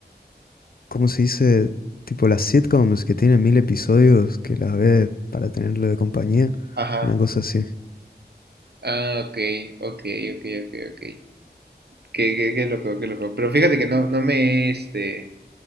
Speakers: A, on the left; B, on the right.
A: ¿cómo se dice? Tipo las sitcoms que tienen mil episodios que las ves para tenerlo de compañía,
B: Ajá.
A: una cosa así.
B: Ah, ok, ok, ok, ok, ok. Qué, qué- qué loco, qué loco. Pero fíjate que no, no me, este,